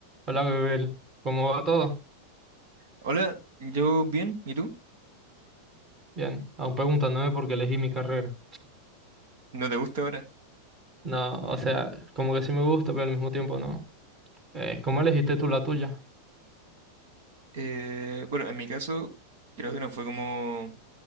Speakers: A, on the right; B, on the right.
A: Hola, Gabriel. ¿Cómo va todo?
B: Hola, yo bien, ¿y tú?
A: Bien. Aún preguntándome por qué elegí mi carrera.
B: ¿No te gusta ahora?
A: No, o sea, como que sí me gusta, pero al mismo tiempo no. Eh, ¿cómo elegiste tú la tuya?
B: Eh, bueno, en mi caso creo que no fue como